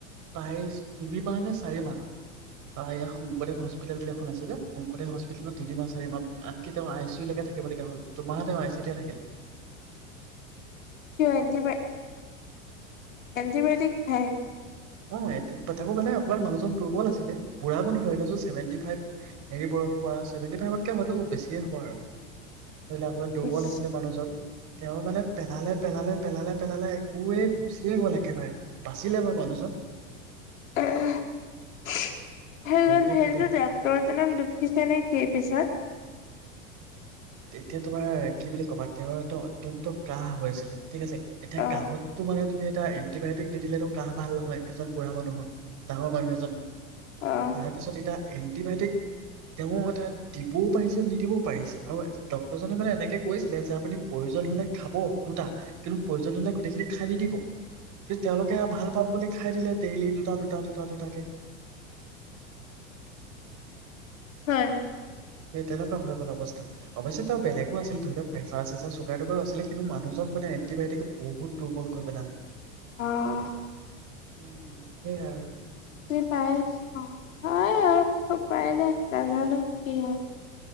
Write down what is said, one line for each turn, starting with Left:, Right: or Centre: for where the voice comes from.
Right: প্ৰায় তিনি মাহ নে চাৰি মাহ ইয়াক শংকৰদেৱ হস্পিতেল বুলি এখন আছে যে শংকৰদেৱ হস্প হস্পিতেলত তিনিমাহ চাৰি মাহ আনকি তেওঁ আই চি ইউ লৈকে থাকিবলগীয়া হ'ল তোমাহ তেওঁ আই চি তে থাকিলে ।
Left: কিয় এনটি এটিবায়টিক খাই।
Right: অ এ তাক মানে অকণমান মানুহজন দুৰ্বল আছিলে বুঢ়া মানুহ ধৰিলোৱা চোন চেভেনটি ফাইভ হেৰি বয়সোৱা চছেভেটি ফাইভতকে হয়তো বেছিয়ে হ'ব আৰু ধৰি অকণমান দুৰ্বল
Left: ইচ
Right: আছিলে মানুহজন। তেওঁ মানে পেলালে পেলালে পেলালে পেলালে একোৱে গুচিয়ে গল একেবাৰে বাচিলে বাৰু মানুহজন।
Left: সেইজন
Right: বহুত
Left: সেইটোতো
Right: বেয়া দে
Left: ডাক্তৰজনক দুখিছে নে কি পিছত?
Right: তেতিয়া তোমাৰ কি বুলি ক'বা তেওঁৰ এটো অত্যন্ত কাহ হৈ আছিলে ঠিক আছে এতিয়া
Left: অ
Right: কাহতটো মানে তুমি এ এণ্টিবায়টিক দি দিলে তো কাহ ভাল নহয়। এজন বুঢ়া মানুহৰ। ডাঙৰ মানুহ এজন
Left: অ
Right: তাৰপিছত এতিয়া এণ্টিবায়টিক তেওঁ এটা দিবও পাৰিছে নিদিবও পাৰিছে আৰু ডক্তৰজনে মানে এনেকে কৈছিলে যে আপুনি প্ৰয়োজন হলে খাব দুটা, কিন্তু প্ৰয়োজন নহলে গোটেইখিনি খাই নিদিব কিন্তু তেওঁলোকে ভাল পাম বুলি খাই দিলে ডেইলি দুটা -দুটা, দুটা -দুটা কে।
Left: হয়।
Right: সেই তেনেকুৱা হৈ গল অৱস্থা অৱশ্যে তেওঁৰ বেলেগো আছিল ধৰি লওঁক প্ৰেচাৰ চেচাৰ চুগাৰ তুগাৰ আছিলে কিন্তু মানুহজন মানে এণ্টিবায়টিকে বহুত দুৰ্বল কৰি পেলালে,
Left: অ
Right: উ সেয়াই আৰু।
Left: তুমি পায়ে অঁ। পায়নে নাজানো কি হয়।